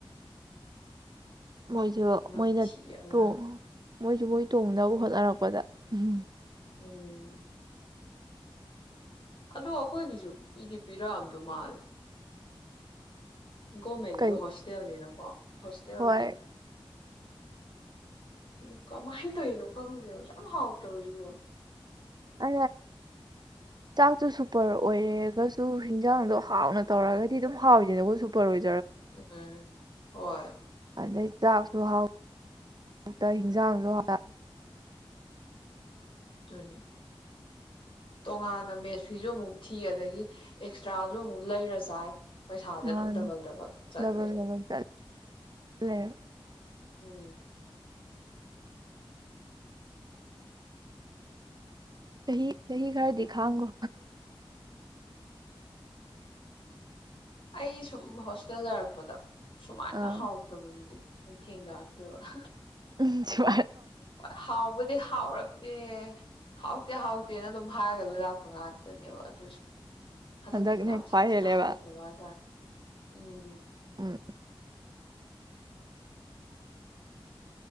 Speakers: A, on the right; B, on the left.
A: ꯃꯣꯏꯁꯨ
B: ꯅꯝꯊꯤꯑꯕ
A: ꯃꯣꯏꯅ ꯇꯣꯡ
B: ꯌꯥꯝ
A: ꯃꯣꯏꯁꯨ ꯃꯣꯏ ꯇꯣꯡꯅꯕ ꯍꯣꯠꯅꯔꯛꯄꯗ ꯎꯝ
B: ꯎꯝ ꯑꯗꯣ ꯑꯩꯈꯣꯏꯒꯤꯁꯨ ꯄꯤꯗꯤ ꯄꯤꯔꯛꯑꯝꯗꯣ ꯃꯥꯜꯂꯦ ꯣꯔꯃꯦꯟꯒꯤ
A: ꯀꯩ
B: ꯍꯣꯁꯇꯦꯜꯅꯤꯅ ꯋꯥ ꯍꯣꯁꯇꯦꯜꯦꯜꯒꯤ
A: ꯍꯣꯏ
B: ꯎ ꯀꯃꯥꯏꯅ ꯇꯧꯔꯤꯅꯣ ꯈꯪꯗꯦꯕꯁ ꯌꯥꯝ ꯍꯥꯎꯇ ꯁꯤꯕꯣ
A: ꯑ ꯆꯥꯛꯇꯨ ꯁꯨꯄꯔ ꯑꯣꯏꯔꯦ ꯔꯒꯁꯨ ꯍꯤꯟꯖꯥꯡꯗꯣ ꯍꯥꯎꯅ ꯇꯧꯔꯒꯗꯤ ꯑꯗꯨꯝ ꯍꯥꯎꯋꯅꯤꯅꯒꯁꯨ ꯄꯔꯣꯏ
B: ꯎꯝ ꯍꯣꯏ
A: ꯑꯗꯩ ꯆꯥꯛꯁꯨ ꯍꯥꯎ ꯍꯟꯖꯥꯡꯁꯨ ꯍ
B: ꯑꯗꯨꯅꯤ ꯇꯣꯉꯥꯟꯅ ꯃꯦꯠꯁ ꯐꯤꯁꯨ ꯑꯃꯨꯛ ꯊꯤ ꯑꯗꯒꯤ ꯑꯦꯛꯁꯇ꯭ꯔꯥꯁꯨ ꯑꯃꯨꯛ ꯂꯩꯔ ꯆꯥꯏ ꯄꯩꯁꯥꯥꯁ
A: ꯃꯥꯅꯤ
B: ꯑꯗꯨꯝ ꯗꯕꯜ ꯗꯕꯜ ꯆꯠꯂꯦꯕ
A: ꯗꯕꯜ ꯗꯕꯜ ꯆꯠ ꯂꯩꯔꯦꯕ
B: ꯎꯝ
A: ꯆꯍꯤꯍꯤ ꯁꯍꯤ ꯈꯔ ꯈꯥꯒꯣ
B: ꯑꯩ ꯁꯨꯝ ꯍꯣꯁꯇꯦꯜ ꯂꯩꯔꯛꯄꯗ ꯁꯨꯃꯥꯏꯅ
A: ꯑꯥ
B: ꯍꯥꯎꯇꯕꯁꯤꯗꯤ ꯑꯩꯊ ꯍꯗ ꯍꯥꯏꯥꯛꯇꯕ
A: ꯎꯝ ꯁꯤ
B: ꯍꯣꯏ ꯍꯥꯎꯕꯗꯤ ꯍꯥꯎꯔ ꯗꯦ ꯍꯥꯎꯇꯦ ꯍꯥꯎꯇꯦꯅ ꯑꯗꯨꯝ ꯍꯥꯏꯔꯒ ꯂꯣꯏ ꯂꯥꯛꯄ ꯉꯥꯛꯇꯅꯦꯕ ꯑꯗꯨꯏꯁꯨ ꯍꯟꯗꯛꯀꯤꯁꯤꯅ
A: ꯍꯟꯗꯛꯅ
B: ꯌꯥꯝ
A: ꯈ꯭ꯋꯥꯏ
B: ꯁꯥꯊꯤꯅ
A: ꯍꯦꯜꯂꯦꯕ
B: ꯍꯥꯎꯗꯕ ꯍꯥꯏꯇꯥꯔꯦ ꯎꯝ
A: ꯎꯝ